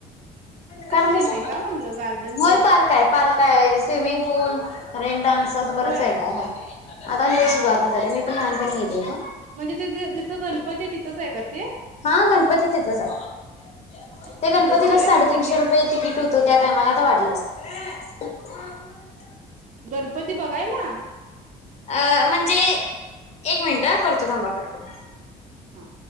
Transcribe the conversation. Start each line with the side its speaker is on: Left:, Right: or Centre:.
Left: काय म्हणलासा?
Right: तेन आहे का म्हणलं गार्डन
Left: होय
Right: तेन
Left: पार्क आहे पार्क आहे स्विमिंग पूल रेन डान्सस
Right: होय
Left: बरंच काय काय हाय, आता लय
Right: हा
Left: सुधारना
Right: हा
Left: झाल्या, मी पण लहानपणी गेलेलो.
Right: म्हणजे तेे जिथं गणपती आहे तिथंच आहे का ते?
Left: हा गणपती तिथच हाय,
Right: तिथंच
Left: ते गणपतीला
Right: आहे होय
Left: साडेतीनशे
Right: मग तिकीट
Left: रुपय तिकीट हो तो त्या टायमाला, आता वाडलं अस <unintelligible>
Right: गणपती बघायला.
Left: अ म्हणजे एक मिनिट हा, करतो थांबा कट करून.
Right: हा.